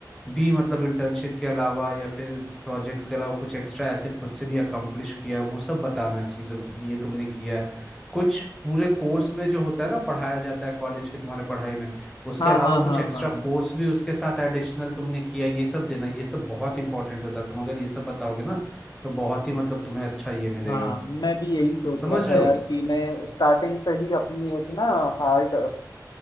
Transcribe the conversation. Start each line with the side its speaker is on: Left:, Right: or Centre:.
Centre: भी मतलब इंटर्नशिप के अलावा या फिर प्रोजेक्ट्स के अलावा कुछ एक्स्ट्रा ऐसे खुद से भी अकम्प्लिश किया वो सब बताना चीज़ों की कि ये तुमने किया है कुछ पूरे कोर्स में जो होता है ना पढ़ाया जाता है कॉलेज के तुम्हारे पढ़ाई में उसके
Left: हाँ
Centre: अलावा
Left: हाँ हाँ
Centre: कुछ एक्स्ट्रा
Left: हाँ
Centre: कोर्स भी उसके साथ एडिशनल तुमने किया ये सब देना ये सब बहुत इंपॉर्टेंट होता है तुम अगर ये सब बताओगे ना तो बहुत ही मतलब तुम्हें अच्छा ये मिलेगा
Left: हाँ मैं भी यही सोच
Centre: समझ
Left: रहा
Centre: रहे
Left: था यार
Centre: हो
Left: कि मैं स्टार्टिंग से ही अपनी एक ना हार्ड